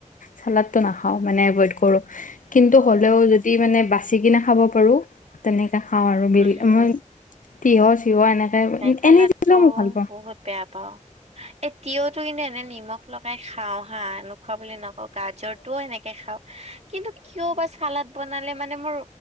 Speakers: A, on the left (about 80°); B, on the right (about 55°).
A: চালাতটো নাখাও মানে এভয়েত কৰো। কিন্তু
B: অ
A: হ'লেও যদি মানে বাচি কিনে খাব পাৰো তেনেকা খাওঁ আৰু
B: উম
A: বিল মো তিঁয়হ চিয়হ এনেকে
B: চালাদটো
A: এনেই দিলেও মোক ভাল পাওঁ।
B: বহুত বেয়া পাও এই তিয়হতো কিন্তু এনে নিমখ। লগাই খাওঁ হা নোখোৱা বুলি নকওঁ গাজৰটোও এনেকে খাওঁ কিন্তু টো বা চালাদ বনালে মানে মোৰ